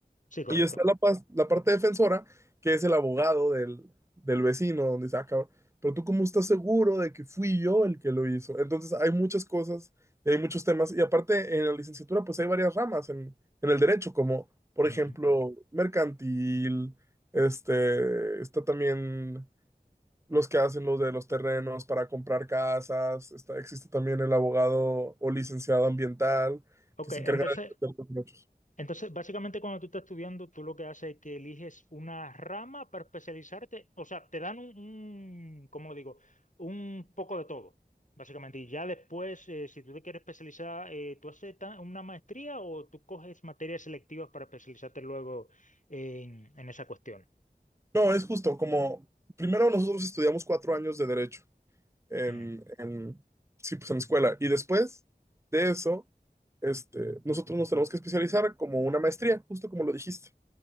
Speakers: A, on the left (about 50°); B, on the right (about 15°).
A: Sí, correcto.
B: Y está la, pas- la parte defensora, que es el abogado del, del vecino, donde dice, ah, cabrón, pero tú cómo estás seguro de que fui yo el que lo hizo. Entonces hay muchas cosas, y hay muchos temas, y aparte en la licenciatura pues hay varias ramas en, en el derecho, como por
A: Ujú.
B: ejemplo mercantil, este, está también los que hacen los de los terrenos para comprar casas, está, existe también el abogado o licenciado ambiental,
A: Ok,
B: que se
A: entonces,
B: encarga de defender los derechos.
A: Entonces, básicamente cuando tú estás estudiando, tú lo que haces es que eliges una rama para especializarte, o sea, te dan un, un, ¿cómo lo digo? Un poco de todo, básicamente. Y ya después, eh, si tú te quieres especializar, eh, ¿tú haces ta- una maestría o tú coges materias selectivas para especializarte luego en, en esa cuestión?
B: No, es justo, como primero nosotros estudiamos cuatro años de derecho en,
A: Ujú.
B: en- sí, pues en escuela, y después de eso, este, nosotros nos tenemos que especializar como una maestría, justo como lo dijiste.